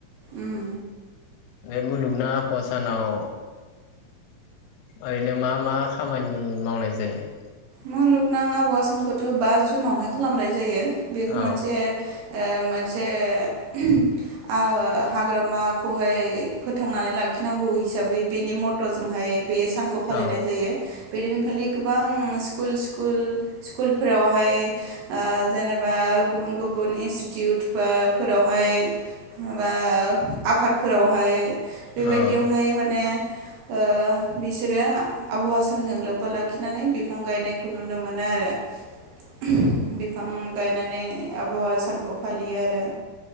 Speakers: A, on the right; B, on the left.
A: उम
B: बे मुलुगनां आबहावा सानाव ओरैनो मा मा खामानि मावनाय जायो?
A: मुलुगनां आबहावा सानखौथ बा जुनावहाय खालामनाय जायो। बेखौ
B: औ
A: मोनसे ओ मोनसे ओमम हाग्रामाखौहाय फोथांनानै लाखिनांगौ हिसाबै बेनि मट'जोंहाय बे सानखौ फालिनाय
B: औ
A: जायो बे दिनखालि गोबां स्कुल स्कुल स्कुलफोरावहाय जेनेबा गुबुन गुबुन इन्स्टिटिउट फोरावहाय बा आफादफोरावहाय बेबायदियावहाय
B: औ
A: माने ओ बिसोरो आबहावा सानजों लोब्बा लाखिनानै बिफां गायनायखौ नुनो मोनो ओमह आरो बिफां गायनानै आबहावा सानखौ फालियो आरो